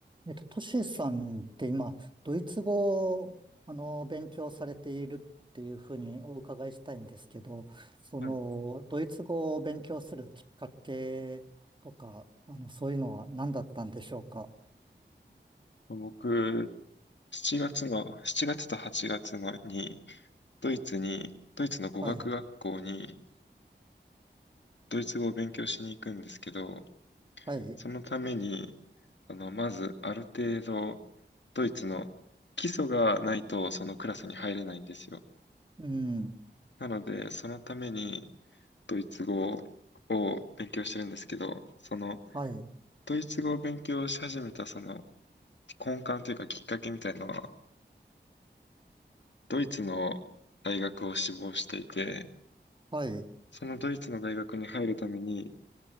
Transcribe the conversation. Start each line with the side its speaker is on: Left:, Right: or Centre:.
Right: えっと、トシさんって今、ドイツ語を、あの、勉強されているっていうふうにお伺いしたいんですけど、その、
Left: はい。
Right: ドイツ語を勉強するきっかけとか、あの、そういうのは何だったんでしょうか
Left: 僕、7月の、7月と8月のに、ドイツに、ドイツの語学学校に、
Right: はい、
Left: ドイツ語を勉強しに行くんですけど、
Right: はい、
Left: そのために、あの、まず、ある程度、ドイツの基礎がないと、そのクラスに入れないんですよ。
Right: うん、
Left: なので、そのために、ドイツ語を勉強してるんですけど、その、
Right: はい、
Left: ドイツ語を勉強し始めた、その、根幹というか、きっかけみたいのは、ドイツの大学を志望していて、
Right: はい、
Left: そのドイツの大学に入るために